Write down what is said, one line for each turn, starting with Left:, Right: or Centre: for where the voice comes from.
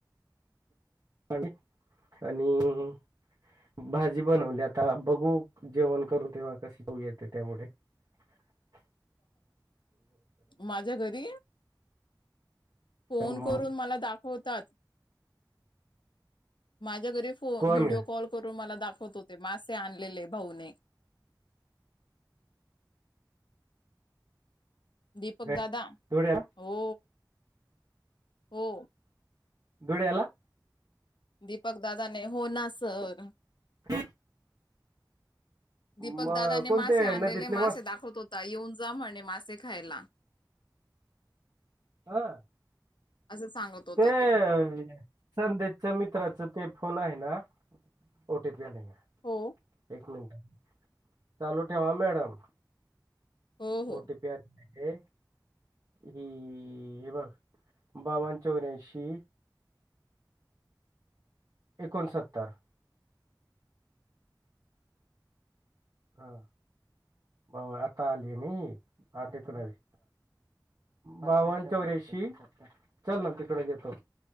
Right: आणि आणि भाजी बनवली आता, बघू जेवण करू तेव्हा कशी चव येते त्यामुळे. ह <unintelligible>
Left: माझ्या घरी फोन
Right: मग
Left: करून मला दाखवतात. च्या घरी फोन,
Right: कोण
Left: व्हिडिओ कॉल करून मला दाख वत होते मासे आणलेले भाऊने. दीपक
Right: ग
Left: दादा,
Right: धुळ्याला
Left: हो, हो.
Right: धुळ्याला
Left: दीपक दादाने, हो ना सर.
Right: <unintelligible>
Left: दीपकदादाने
Right: म कोणते
Left: मासे आणलेले
Right: नदीतले
Left: मासे दाखवत होता, येऊन जा म्हणे मासे खायला.
Right: हा!
Left: असं सांगत होता
Right: ते
Left: तो
Right: संदेशचा मि त्राचं ते फोन आहे ना, ओटी पी आले का?
Left: हो!
Right: एक मिट चालू ठेवा मॅडम.
Left: हो हो
Right: ओटीपी आली ही बघ बावन चौऱंशी एकोणसत्तर हा बाबा आता आली आहे आठ एकोणाविस बावण चैऱ्याणशीना तिकडे येतो.